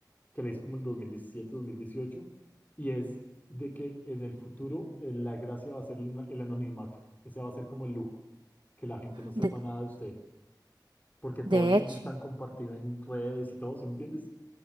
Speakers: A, on the left; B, on the right.
A: que la hice como el dos dos mil diecisiete, dos mil dieciocho y es de que en el futuro eh, la gracia va a ser el, el anonimato. Ese va a ser como el lujo, que la gente no sepa
B: De,
A: nada de usted, porque todo
B: de
A: el mundo
B: hecho,
A: está compartido en redes y todo, ¿sí me entiendes?